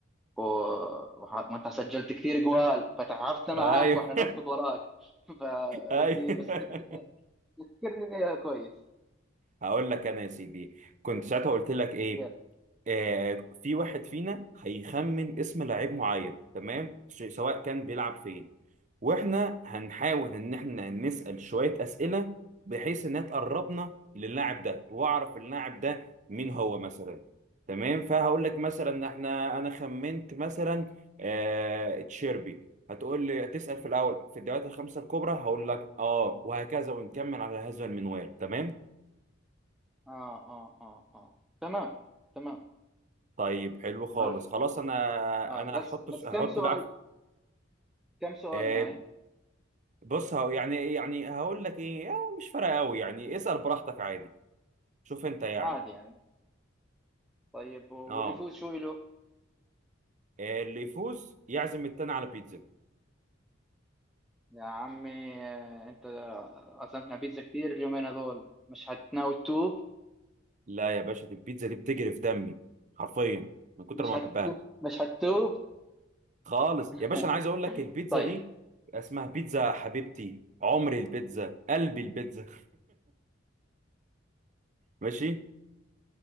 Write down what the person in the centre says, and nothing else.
و... وح- وأنت سجلت كثير جوال فتعبنا معاك
وإحنا نركض وراك <laughs> فبدي
بس تذكرني تذكرني فيها كويس
يلا
آه آه آه آه تمام تمام
عرفت
آه
بس
بس
كم سؤال
كم سؤال
معي
عادي يعني طيب واللي
يفوز شو إله؟
يا عمي آه، أنت عزمنا بيتزا كتير اليومين هذول مش هتناوي تتوب
مش
هتتوب
مش هتتوب
<laughs>
طيب